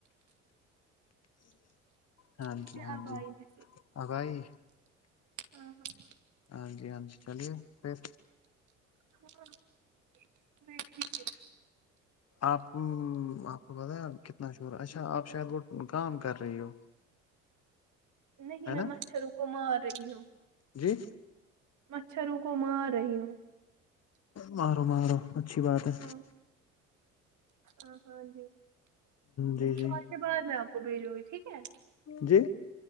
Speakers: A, on the left; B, on the right.
A: ہاں
B: مجھے
A: جی ہاں
B: اب
A: جی
B: آئی میسج
A: اب آئی
B: ہاں ہاں
A: ہاں جی ہاں جی چلیے پھر
B: ہاں ابھی ٹیک ہے
A: آپ آپ کو پتہ ہے کتنا شور اچھا آپ شاید وہ کام کر رہی ہو
B: نہیں
A: ہے
B: میں
A: نا
B: مچھروں کو مار رہی ہوں
A: جی
B: مچھروں کو مار رہی ہوں
A: مارو مارو اچھی بات ہے
B: ہاں ہاں ہاں جی
A: جی
B: اس
A: جی
B: کال کے بعد میں آپ ا بھی جوئی ٹھیک ہے
A: جی